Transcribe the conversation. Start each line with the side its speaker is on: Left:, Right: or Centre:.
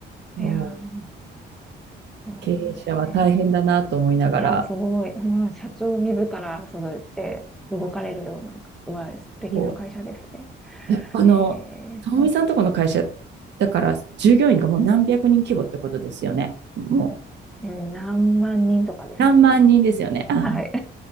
Right: そう
Centre: いやー、そうなんですね。
Right: 経営者は大変だなと思いながら、
Centre: いやー、すごい。まあ、社長自らそうやって動かれるような、すごい素敵な会社ですね。
Right: こう、やっぱあの、
Centre: え
Right: ともみさんとこの会社、だから従業員がもう何百人規模ってことですよね。もう
Centre: ー、えー何万人とかですね。
Right: 何万人ですよね。あー
Centre: はい。